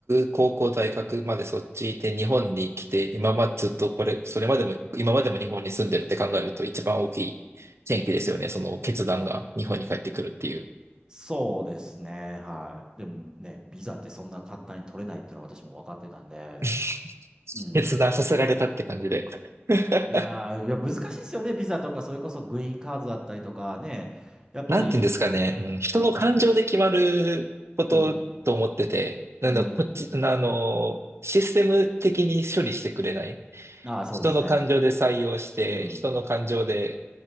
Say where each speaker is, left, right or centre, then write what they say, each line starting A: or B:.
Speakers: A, on the right; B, on the right.
A: 高校、大学までそっちで日本に来て、今までずっとこれ、それまでも、今までも日本に住んでるって考えると一番大きい転機ですよね。
B: うん。
A: その決断が日本に帰ってくるっていう。
B: そうですね。はい。でもね、ビザってそんな簡単に取れないっていうのは私も分かってたんで、
A: <laughs>
B: うん。
A: 決断させられたって感じで。<laughs>
B: いやー、いや難しいですよね。ビザとか、それこそグリーンカードだったりとかね。やっぱり、
A: なんて言うんですかね、うん、人の感情で決まることと思ってて、
B: うん。
A: なんだ、
B: うん。
A: こっち、あの、システム的に処理してくれない。
B: ああ、そうですね。
A: 人の感情で採用して、
B: うん。
A: 人の感情で、